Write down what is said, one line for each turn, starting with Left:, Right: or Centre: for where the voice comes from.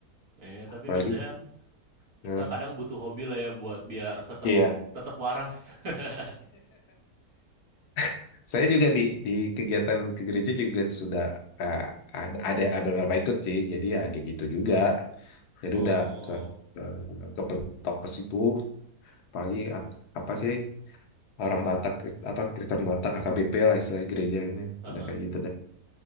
Right: Iya,
Left: apalagi
Right: tapi biasanya kan
Left: eh,
Right: kita kadang butuh hobi lah ya buat biar tetap
Left: iya
Right: tetap waras. <laughs>
Left: <laughs> saya juga di di kegiatan ke gereja juga sudah eh, ada ada ada beberapa ikut sih jadi ya kayak gitu juga jadi
Right: Oh,
Left: udah ke ke, ke pentok ke situ apalagi ap- apa sih orang Batak Krist- apa Kristen Batak HKBP lah istilahnya gerejanya
Right: heeh.
Left: udah kayak gitu dah